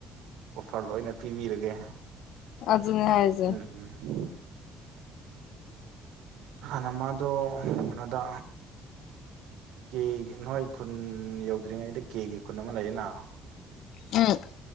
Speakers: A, on the right; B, on the left.
A: ꯑꯣꯐꯔ ꯂꯣꯏꯅ ꯄꯤꯕꯤꯔꯒꯦ
B: ꯑꯖꯅ ꯍꯥꯏꯖꯦ
A: ꯎꯝ ꯎꯝ ꯍꯅ ꯃꯥꯗ ꯀꯩꯅꯣꯗ ꯀꯦ ꯅꯣꯏ ꯈꯨꯟ ꯌꯧꯗ꯭ꯔꯤꯉꯩꯗ ꯀꯦꯒꯤ ꯈꯨꯟ ꯑꯃ ꯂꯩꯌꯦꯅ
B: ꯎ